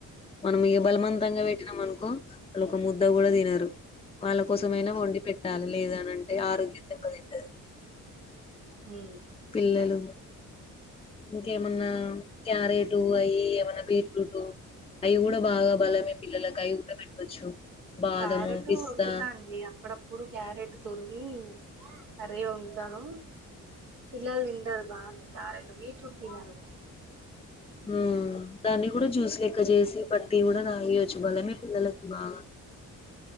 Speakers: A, on the left; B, on the right.
A: మనం ఇగ బలవంతంగా పెట్టినా అను వాళ్ళు ఒక ముద్ద కూడా తినరు వాళ్ళ కోసంమైనా వండి పెట్టాలి లేదా అని అంటే ఆరోగ్యం దెబ్బతింటది
B: హు
A: పిల్లలు ఇంకేమన్నా క్యారెటూ అయీ ఏమన్నా బీట్రూటు అయి కూడా బాగా బలమే పిల్లలక్ అయి <unintelligible> బాదము
B: క్యారెటు
A: పిస్తా
B: వండుతాంది అప్పుడప్పుడు క్యారెట్ తురుమి కర్రీ వండుతాను పిల్లలు తింటారు బానే క్యారెట్, బీట్రూట్ తినరు.
A: హ్మ్ దాన్ని గుడా జ్యూస్ లెక్క చేసి పట్టి గుడా తాగి బలమే పిల్లలకి బాగా